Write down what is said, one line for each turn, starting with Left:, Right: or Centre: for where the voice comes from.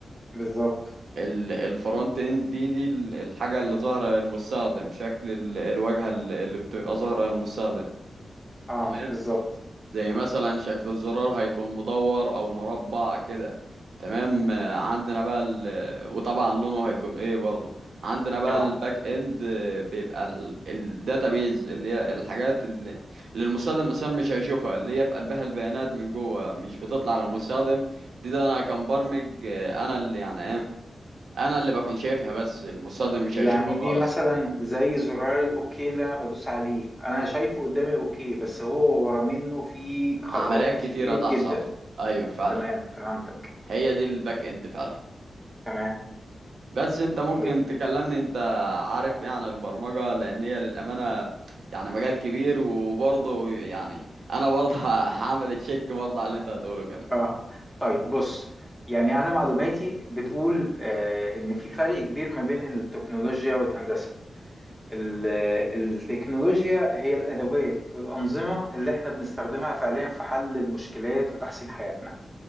Centre: بالظبط
Right: ال- الفرونت اند دي دي ال- الحاجة اللي ظاهرة للمستخدم شكل ال- الواجهة ال- اللي بتبقى ظاهرة للمستخدم
Centre: اه
Right: تمام
Centre: بالظبط
Right: زي مثلا شكل الزرار هيكون مدور او مربع كده تمام آه، عندنا بقى ال... وطبعا لونه هيكون ايه برضه عندنا بقى
Centre: اه
Right: الباك اند آه، بيبقى ال- الداتابيز اللي هي الحاجات اللي, اللي المستخدم مثلا مش هيشوفها اللي هي في قلبها البيانات من جوه مش بتطلع للمستخدم دي ده انا كمبرمج آه، انا اللي يعني ايه انا اللي بكون شايفها بس المصادم مش
Centre: يعني
Right: هيشوفها
Centre: دي
Right: خالص
Centre: مثلا زي زرار الاوكي اللي انا بدوس عليه انا شايفه قدامي اوكي بس هو ورا منه في خطوات
Right: عمليات
Centre: كتير
Right: كتيرة تحصل
Centre: جدا
Right: ايوه فعلا
Centre: تمام فهمتك
Right: هي دي الباك اند فعلا
Centre: تمام
Right: بس انت ممكن
Centre: طيب
Right: تكلمني انت عارف ايه عن البرمجة لان هي للأمانة يعني مجال كبير وبرضه يعني انا برضه <laughs> ه- هعمل تشيك برضه على اللي انت هتقوله كده
Centre: اه طيب بص يعني انا معلوماتي بتقول آه ان في فرق كبير ما بين التكنولوجيا والهندسة ال- التكنولوجيا هي الادوات والانظمة اللي احنا بنستخدمها فعليا في حل المشكلات وتحسين حياتنا